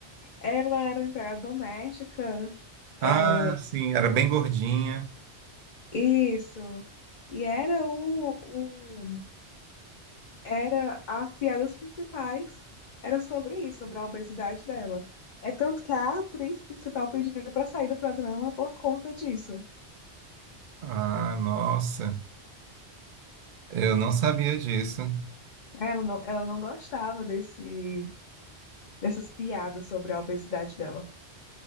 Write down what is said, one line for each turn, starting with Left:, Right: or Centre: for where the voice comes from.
Left: Ela era uma empregada doméstica.
Right: Ah,
Left: É,
Right: sim, era bem gordinha.
Left: isso. E era o, o era as piadas principais era sobre isso, sobre a obesidade dela. É tanto que a atriz principal pediu para sair do programa por conta disso.
Right: Ah, nossa, eu não sabia disso.
Left: Ela não, ela não gostava desse, dessas piadas sobre a obesidade dela.